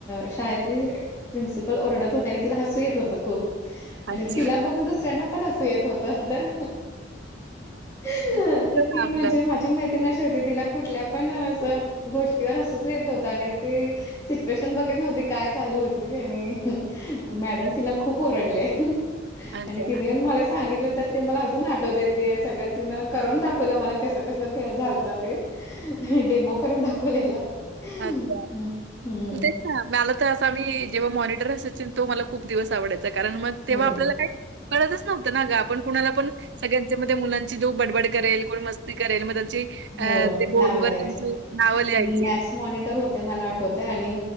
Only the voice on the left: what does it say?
शाळेतली प्रिन्सिपल ओरडत होत्या आणि तिला हसू येत होत खूप
आणि तिला बघून दुसऱ्यांना पण असू येत होत तर हा
ती
म्हणजे माझी मैत्रीण अशी होती तिला कुठल्या पण अस गोष्टीवर हसूच येत होत आणि ती सिच्युएशन बघत नव्हती, काय चालू होती आणि
मॅडम तिला खूप ओरडले.
आणि तिने मला सांगितलं तर ते मला अजून आठवतय द सगळं तिनं करून दाखवलं मला कस कस कस झालत ते डेमो करून दाखवलेला. हम्म
हो
हो
नाव लिहायचे
मी मॅक्स मॉनिटर होते ते मला आठवते आणि